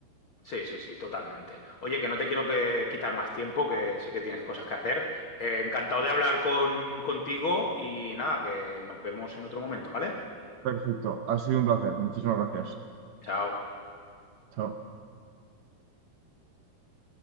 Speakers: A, on the left (about 90°); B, on the right (about 75°).
A: sí, sí, sí, totalmente. Oye, que no te quiero que quitar más tiempo, que sé que tienes cosas que hacer. Eh, encantado de hablar con, contigo y nada, que nos vemos en otro momento, ¿vale?
B: Perfecto, ha sido un placer. Muchísimas gracias.
A: Chao.
B: Chao.